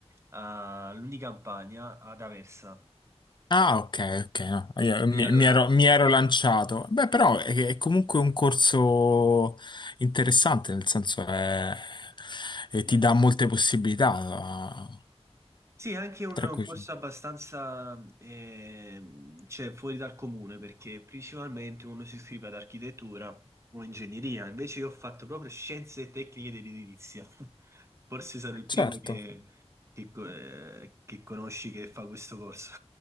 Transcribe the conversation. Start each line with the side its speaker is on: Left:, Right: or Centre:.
Right: a- all'Unicampagna, ad Aversa.
Left: Ah, ok, ok, no, io mi,
Right: Sì, allora,
Left: mi ero, mi ero lanciato. Beh, però è, è comunque un corso interessante, nel senso è, e ti
Right: eh,
Left: dà molte possibilità,
Right: Sì, è anche un
Left: tra cui...
Right: corso abbastanza ehm, cioè, fuori dal comune perché principalmente uno si iscrive ad architettura o ingegneria, invece io ho fatto proprio scienze e tecniche dell'edilizia. <laughs> Forse sarò il primo
Left: Certo.
Right: che, che co- eh, che conosci che fa questo corso.